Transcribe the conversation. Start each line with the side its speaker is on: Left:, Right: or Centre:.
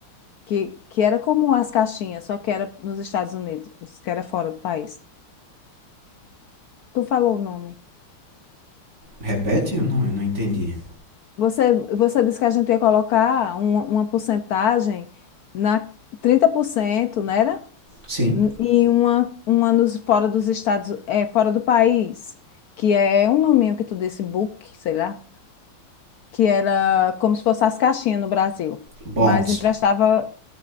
Left: Que, que era como as caixinhas, só que era nos Estados Unidos, que era fora do país. Tu falou o nome.
Right: Repete? Eu não, eu não entendi.
Left: Você, você disse que a gente ia colocar uma, uma porcentagem na trinta por cento não era?
Right: Sim,
Left: N- E uma, uma nos, fora dos Estados, é, fora do país, que é um nominho que tu disse, book, sei lá. que era como se fosse as caixinhas no Brasil,
Right: bonds,
Left: mas emprestava